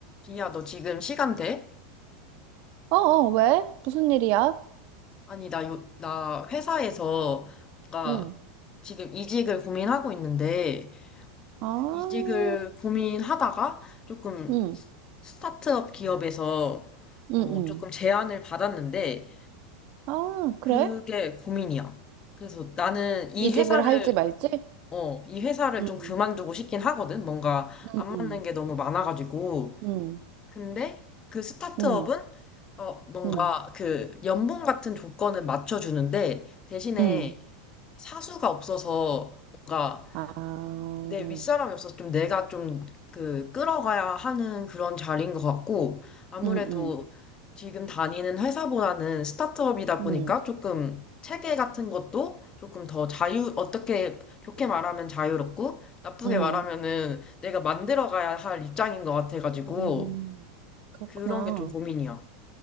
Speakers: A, on the left; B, on the right.
A: 비야, 너 지금 시간 돼?
B: 어, 어, 왜? 무슨 일이야?
A: 아니, 나 요, 나 회사에서 뭔가
B: 응.
A: 지금 이직을 고민하고 있는데,
B: 아,
A: 그 이직을 고민하다가 조금
B: 응,
A: 스- 스타트업 기업에서
B: 응,
A: 어,
B: 응.
A: 조금 제안을 받았는데,
B: 아, 그래?
A: 그게 고민이야. 그래서 나는 이
B: 이직을
A: 회사를,
B: 할지 말지?
A: 어, 이 회사를
B: 응,
A: 좀 그만두고 싶긴 하거든. 뭔가
B: 응,
A: 안
B: 응,
A: 맞는 게 너무 많아가지고.
B: 응,
A: 근데 그 스타트업은
B: 응,
A: 어, 뭔가
B: 응,
A: 그 연봉 같은 조건은 맞춰주는데 대신에
B: 응.
A: 사수가 없어서 뭔가
B: 아, 응,
A: 내 윗사람이 없어서 좀 내가 좀 그 끌어가야 하는 그런 자리인 것 같고 아무래도
B: 응,
A: 지금 다니는 회사보다는 스타트업이다
B: 응,
A: 보니까 조금 체계 같은 것도 조금 더 자유, 어떻게 좋게 말하면 자유롭고 나쁘게
B: 응.
A: 말하면은 내가 만들어가야 할 입장인 것 같아가지고
B: 음, 그렇구나.
A: 그런 게 좀 고민이야.